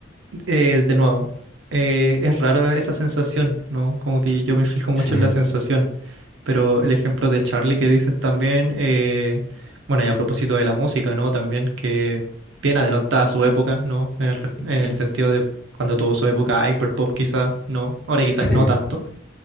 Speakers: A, on the right; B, in the centre.
A: Eh, de nuevo, eh, es rara esa sensación, ¿no? Como que yo me fijo mucho
B: Sí,
A: en la sensación, pero el ejemplo de Charlie que dices también, eh, bueno, y a propósito de la música, ¿no? También que bien adelantada a su época, ¿no? En el, res-
B: ujú,
A: en el sentido de cuando tuvo su época hyperpop quizás, ¿no? Ahora quizás
B: sí,
A: no tanto.